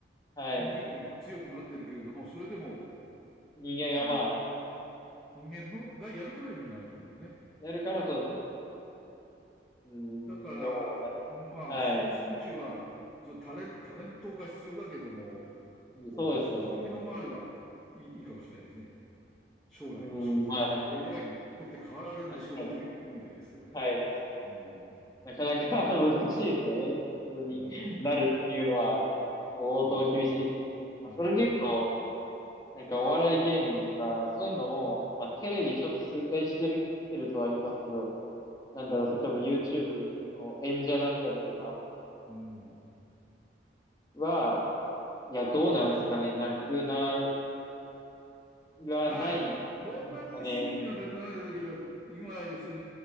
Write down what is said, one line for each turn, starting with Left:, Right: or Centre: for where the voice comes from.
Left: はい。
Centre: コンピューターが強くなってるけれども、それでも
Left: 人間がまあ、
Centre: あの人間のがやるから意味があるんだもんね。
Left: やるからそうですね。うー
Centre: だから、
Left: ん、でも、な、
Centre: まあ、
Left: はい。
Centre: スポーツ選手は、そうタレン、タレントが必要だけども、お才能があればいい、
Left: そうですよね。
Centre: いいかもしれないですね。将来の仕事として、
Left: うーん、まあ、
Centre: AI にとって変わられない仕事という意味でですけどね。
Left: 確かに。はい。
Centre: うん、
Left: なかなか <laughs> 難しいですよね。普通になるっていうのは相当厳しいですけど。
Centre: うん、うん、
Left: まあ、
Centre: うん、
Left: それで言うと、なんかお笑い芸人とか、そういうのも、まあテレビちょっと衰退してる、来てるとは言いますけど、なんだろう、
Centre: うん。
Left: 例えば YouTube の演者だったりとか
Centre: うん
Left: は、いや、どうなんですかね。なくならないん
Centre: まあ、そんなにすぐにはなくなるけど、
Left: ですかね。
Centre: 今、要する